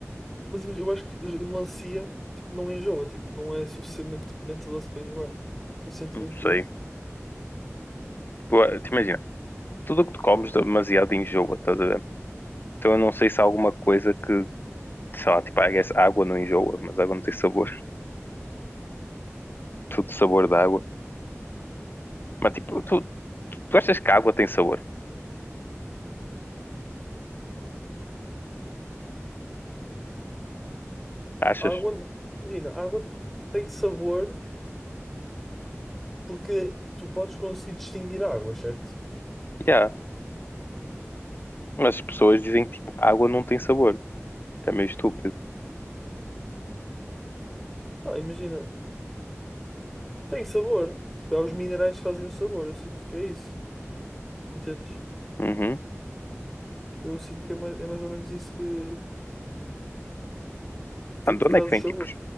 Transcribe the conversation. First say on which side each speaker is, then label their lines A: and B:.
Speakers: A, in the centre; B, on the left (about 45°).
A: Mas imagi- eu acho que a melancia tipo, não enjoa, tipo, não é suficientemente doce para enjoar. Suficientemente
B: Não
A: doce.
B: sei. Tipo, ah, te imagina, tudo o que tu comes demasiado enjoa, estás a ver? Então eu não sei se há alguma coisa que, sei lá, tipo, I guess água não enjoa, mas água não tem sabor. <laughs> Tudo sabor da água. Mas tipo, tu, tu achas que a água tem sabor? Achas?
A: A água, imagina, a água tem sabor porque tu podes conseguir distinguir a água, certo?
B: Yeah. Mas as pessoas dizem que tipo, água não tem sabor. Que é meio estúpido.
A: Ah, imagina, tem sabor. Tipo, é os minerais que fazem o sabor. Eu sinto que é isso. Entendes?
B: Uhum.
A: Tipo, eu sinto que é mais, é mais ou menos isso que, que
B: Mano, de onde
A: traz
B: é que vem
A: o sabor.
B: tipo